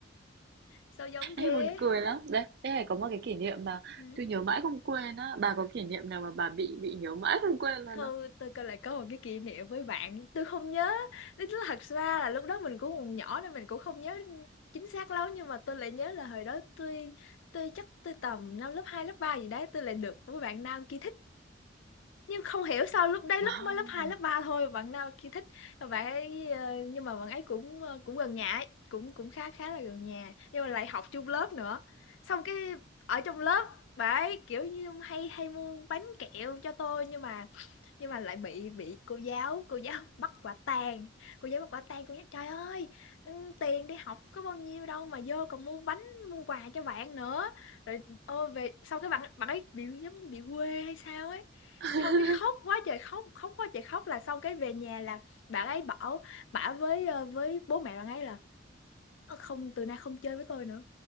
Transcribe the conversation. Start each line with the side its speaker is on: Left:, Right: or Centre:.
Left: Sao giống thế?
Right: Ê, buồn cười lắm đấy đây này có một cái kỷ niệm mà
Left: Ừ.
Right: tôi nhớ mãi không quên á bà có kỷ niệm nào mà bà bị bị nhớ mãi không quên luôn
Left: Thôi,
Right: không
Left: tôi coi lại có một cái kỷ niệm với bạn. Tôi không nhớ. Tức là thật ra là lúc đó mình cũng còn nhỏ nên mình cũng không nhớ chính xác lắm. Nhưng mà tôi lại nhớ là hồi đó tôi tôi chắc tôi tầm năm lớp 2 lớp 3 gì đấy. Tôi lại được một bạn nam kia thích. nhưng không hiểu sao lúc đấy
Right: wow
Left: lúc mới lớp 2 lớp 3 thôi bạn nào kia thích bạn ấy ờ, nhưng mà bạn ấy cũng ờ, cũng gần nhà ấy cũng cũng khá khá là gần nhà nhưng mà lại học chung lớp nữa xong cái ở trong lớp bạn ấy kiểu như hay hay mua bánh kẹo cho tôi nhưng mà nhưng mà lại bị bị cô giáo cô giáo <laughs> bắt quả tang cô giáo bắt quả tang cô nhắc trời ơi ừ, tiền đi học có bao nhiêu đâu mà vô còn mua bánh mua quà cho bạn nữa rồi ôi về sau cái bạn bạn ấy bị giống như bị quê hay sao ấy
Right: <laughs>
Left: xong cái khóc quá trời khóc khóc quá trời khóc là xong cái về nhà là bạn ấy bảo bảo với ờ, với bố mẹ bạn ấy là Ơ, không từ nay không chơi với tôi nữa